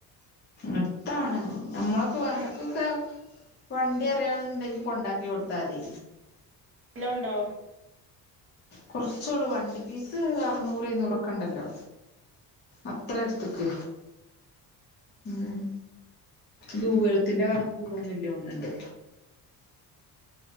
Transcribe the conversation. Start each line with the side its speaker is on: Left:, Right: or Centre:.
Left: അട്ത്താണ് നമ്മളൊക്കെ ഞമ്മക്കൊക്കെ
Right: ആ
Left: വണ്ടി അറിയണാന്ന്ണ്ടെങ്കി കൊണ്ടാക്കി കൊട്ത്താതി
Right: ല്ലോം ണ്ടോ
Left: കൊർച്ചൊള്ളു വണ്ടി പീസ് അറ്നൂറ് എഴ്നൂറൊക്കെ ണ്ടല്ലോ അത്ര എട്ത്ത്ക്ക് ഉം ദൂരത്തിന്റെ കണക്കൂ ഇതൊന്നും ഇല്യോൺണ്ണ്ട്